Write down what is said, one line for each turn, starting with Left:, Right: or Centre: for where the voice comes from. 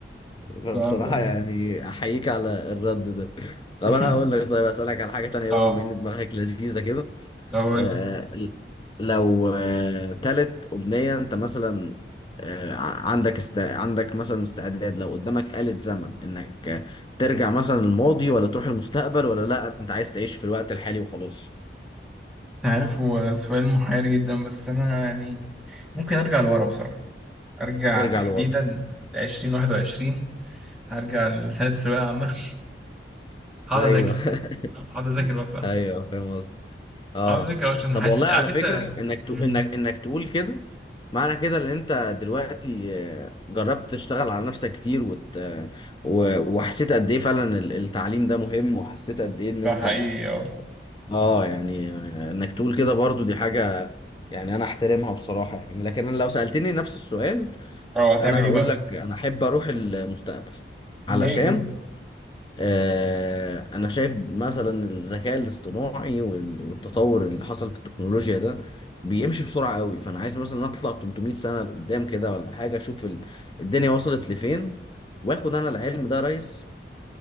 Left: فبصراحة
Centre: فهمتك
Left: يعني أحييك على الرد ده طب
Centre: <laughs>
Left: أنا هقول لك طيب أسألك على حاجة تانية
Centre: اه
Left: بقى بما إن دماغك لذيذة كده
Centre: طب قول.
Left: آه لو آه تالت أمنية أنت مثلا آه ع- عندك است... عندك مثلا استعداد لو قدامك آلة زمن إنك آه، ترجع مثلا الماضي ولا تروح المستقبل ولا لأ أنت عايز تعيش في الوقت الحالي وخلاص
Centre: عارف هو سؤال محير جدا بس انا يعني ممكن ارجع لورا بصراحة ارجع
Left: ترجع
Centre: تحديدا
Left: لورا
Centre: ل 2021 هرجع لسنة الثانوية العامة هقعد
Left: أيوه
Centre: اذاكر
Left: <laughs>
Centre: هقعد اذاكر بقى بصراحه
Left: أيوه فاهم قصدي اه
Centre: هقعد اذاكر عشان
Left: طب
Centre: حاسس
Left: والله
Centre: عارف
Left: على
Centre: انت
Left: فكرة انك تو...
Centre: مم.
Left: انك انك تقول كده معنى كده ان انت دلوقتي آه، جربت تشتغل على نفسك كتير وت... و... وحسيت قد ايه فعلا ال- التعليم ده مهم وحسيت قد ايه ان
Centre: ده
Left: انت
Centre: حقيقي اه
Left: اه يعني آه، انك تقول كده برضو دي حاجة يعني انا احترمها بصراحة يعني لكن انا لو سألتني نفس السؤال
Centre: اه هتعمل
Left: انا
Centre: ايه
Left: هقول
Centre: بقى؟
Left: لك انا احب اروح المستقبل
Centre: ليه
Left: علشان
Centre: كده؟
Left: آه، أنا شايف مثلا الذكاء الاصطناعي وال- والتطور اللي حصل في التكنولوجيا ده بيمشي بسرعة قوي فأنا عايز مثلا أطلع 300 سنة لقدام كده ولا حاجة أشوف ال- الدنيا وصلت لفين وآخد أنا العلم ده يا ريس